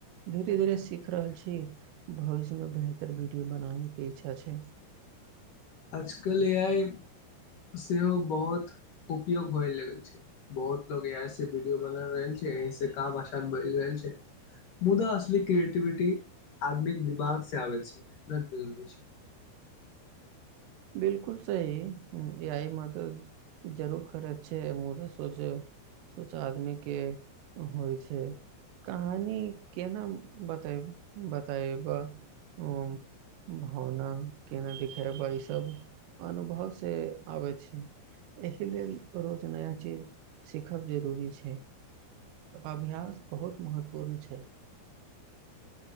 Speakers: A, on the right (about 80°); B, on the left (about 50°).
A: धीरे-धीरे सीख रहल छी भविष्य मे बेहतर। बना क इच्छा छै।
B: आजकल ए आइ सेहो बहुत उपयोग होए लगल छै बहुत लोग ए आइ से वीडियो बना रहल छै एहिहसँ काम आसान बल रहल छै मुदा असली क्रिएटिविटी आदमीके दिमाग से आबैत छै मेहनत जरूरी छै।
A: बिलकुल सही इ मदद जरूर करैत छै मुदा सोच सोच आदमी के होइ छै कहानी केना बत बतेबा उ भावना केना दिखेबा ईस। तब अनुभवसँ आबै छै एहि लेल रोज नया चीज सीखब जरूरी छै अभ्यास बहुत महत्वपूर्ण छै